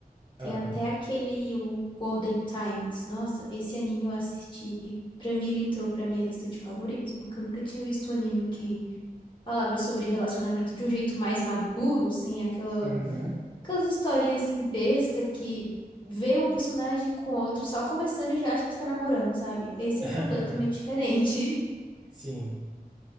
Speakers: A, on the left; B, on the right.
A: Tem
B: Aham,
A: até aquele o Golden Times. Nossa, esse anime eu assisti e pra mim ele entrou pra minha lista de favoritos, porque eu nunca tinha visto um anime que falava sobre relacionamento de um jeito mais maduro, sem aquela,
B: uhum.
A: aquelas historinhas assim besta que vê um personagem com outro só conversando e já acha que tá namorando, sabe? Esse
B: <laughs>
A: é completamente diferente. <laughs>
B: Sim.